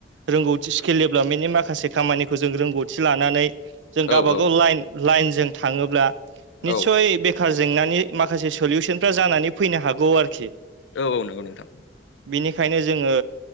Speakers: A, on the right; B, on the left.
A: रोंगौ स्किल डेभेलपमेन्टनि माखासे खामानिखौ जों रोंगौथि लानानै जों गावबाागाव
B: औ
A: लाइन लाइन जों थाङोब्ला निथसय
B: औ
A: बेखार जेंनानि माखासे सलुसनफ्रा जानानै फैनो हागौ आरोखि।
B: औ नंगौ नोंथां
A: बेनिखायनो जोङो